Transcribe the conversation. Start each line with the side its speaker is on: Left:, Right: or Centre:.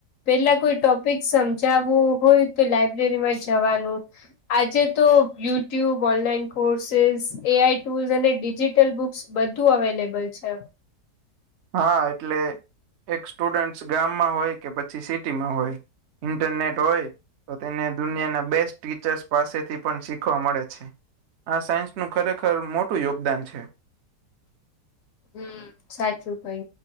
Left: પેલા કોઈ ટોપિક સમજાવવું હોય તો, લાઈબ્રેરીમાં જવાનું. આજે તો યુ ટ્યુબ ઓનલાઈન કોર્સ એ, પ્રમાણે આઈ ટુલ્સ અને ડિજીિટલ બુક્સ બધું અવેલેબલ છે.
Right: હા, એટલે એક સ્ટુડન્ટ ગામમાં હોય કે, પછી સિટીમાં હોય. ઇન્ટરનેટ હોય. તો તેને દુનિયાના બેસ્ટ ટીચર્સ પાસેથી પણ શીખવા મળે છે. આ સાયન્સ નું ખરેખર મોટું યોગદાન છે.
Left: હમ્મ, સાચું કહું.